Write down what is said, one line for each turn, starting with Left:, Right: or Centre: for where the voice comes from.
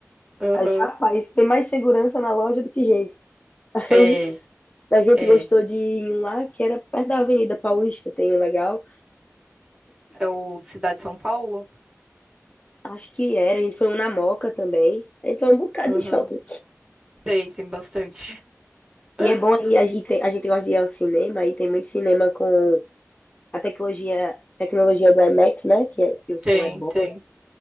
Right: Aham.
Left: Aí, rapaz, tem mais segurança na loja do que gente. <laughs>
Right: É,
Left: Aí a gente
Right: é.
Left: gostou de ir em um lá que era perto da Avenida Paulista, tem um legal.
Right: É o Cidade de São Paulo?
Left: Acho que era, a gente foi um na Moca também. A gente foi um bocado
Right: Aham.
Left: de shopping.
Right: Tem, tem bastante. <laughs>
Left: E é bom aí, a gente, tem- a gente gosta de ir ao cinema, aí tem muito cinema com a tecnologia, tecnologia do IMAX, né? Que, é- que o som
Right: Tem,
Left: é bom.
Right: tem.